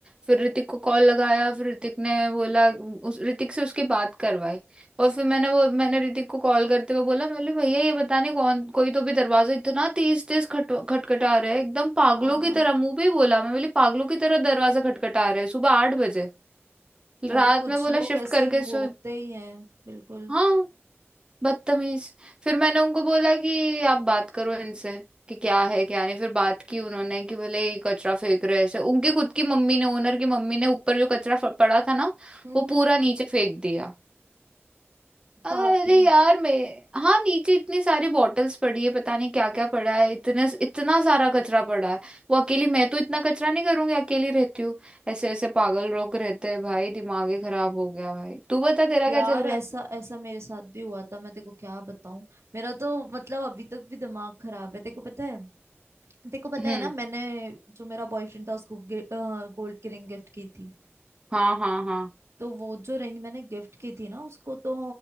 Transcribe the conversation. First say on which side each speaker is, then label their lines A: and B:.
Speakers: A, on the right; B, on the right.
A: फिर ऋतिक को कॉल लगाया फिर ऋतिक ने बोला उस ऋतिक से उसकी बात करवाई और फिर मैंने वो मैंने ऋतिक को कॉल करते हुए बोला मैंने बोला, भैया ये बता नहीं कौन कोई तो भी दरवाजा इतना तेज तेज खट खटखटा रहा है एकदम पागलों
B: हाँ
A: की
B: हाँ
A: तरह मुंह पे ही बोला मैं बोली पागलों की तरह दरवाजा खटखटा रहा है सुबह आठ बजे रात
B: अरे कुछ
A: में बोला
B: लोग
A: शिफ्ट
B: ऐसे
A: करके सो
B: होते ही हैं बिल्कुल
A: हाँ बदतमीज फिर मैंने उनको बोला कि आप बात करो इनसे कि क्या है क्या नहीं फिर बात की उन्होंने कि बोले ये कचरा फेंक रहे हैं ऐसे उनकी खुद की मम्मी ने ओनर की मम्मी ने ऊपर जो कचरा फ- पड़ा था ना
B: हम्म
A: वो
B: हम्म,
A: पूरा नीचे फेंक दिया अरे
B: बाप रे
A: यार मैं हाँ नीचे इतनी सारी बॉटल्स पड़ी है पता नहीं क्या क्या पड़ा है इतने इतना सारा कचरा पड़ा है वो अकेली मैं तो इतना कचरा नहीं करूंगी अकेली रहती हूँ ऐसे ऐसे पागल लोग रहते हैं भाई दिमाग ही खराब हो गया भाई तू बता तेरा
B: यार
A: क्या चल रहा
B: ऐसा
A: है
B: ऐसा मेरे साथ भी हुआ था मैं तेको क्या बताऊं मेरा तो मतलब अभी तक भी दिमाग खराब है तेको पता है तेको पता
A: हम्म
B: है ना मैंने जो मेरा बॉयफ्रेंड था उसको गोल्ड की रिंग गिफ्ट की थी
A: हाँ हाँ हाँ
B: तो वो जो रिंग मैंने गिफ्ट की थी ना उसको तो